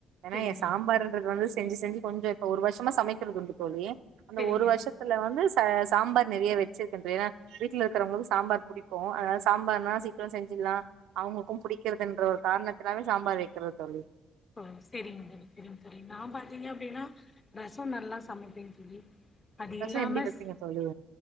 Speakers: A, on the right; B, on the left.
A: ஏன்னா
B: செரிங்க
A: எ சாம்பாறுங்றது வந்து ஸ் செஞ்சு செஞ்சு கொஞ்சோ இப்போ ஒரு வருஷமா சமைக்கிறதுண்டு தோழி. அந்த
B: செரிங்க
A: ஒரு வருஷத்துல வந்து ச ஸ் சாம்பார் நெறையா வச்சிருக்குறது ஏனா வீட்ல இருக்கிறவங்களு சாம்பார் புடிக்கு அதனால சாம்பார்னா சீக்கிர செஞ்சுர்லா அவுங்களுக்கும் புடிக்கிறத் ன்ற ஒரு காரணத்துனாவே சாம்பார் வக்கிறது தோழி.
B: ஓ செரிங்க தோழி செரிங்க தோழி நா பாத்தீங்க அப்டின்னா ரசோ நல்லா சமப்பேன் தோழி. அது
A: ரசோ
B: இல்லாம
A: எப்டி வைப்பீங்க
B: ஸ்
A: தோழி